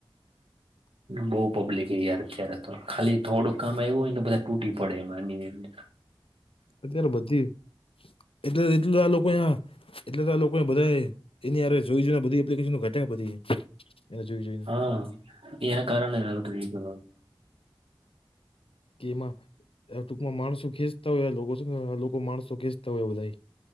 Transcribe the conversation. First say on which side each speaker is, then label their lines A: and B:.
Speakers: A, on the left; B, on the right.
A: <inaudible>
B: બઉ પબ્લિક યાર અત્યારે તો ખાલી થોડુંક કામ આવ્યું હોય ને બધા તૂટી પડે એ માંની
A: અત્યારે બધી એટલે એટલું આ લોકો અહીંયા એટલે તો આ લોકોને બધા એની જોઈ જોઈને બધી એપ્લિકેશન <unintelligible> બધી એ જો જોઈને.
B: હા. એના કારણે આવું થાય છે હા.
A: કેમાં? આ ટૂંકમાં માણસો ખેંચતા હોય એ લોકો છે લોકો માણસો ખેચતા હોય બધા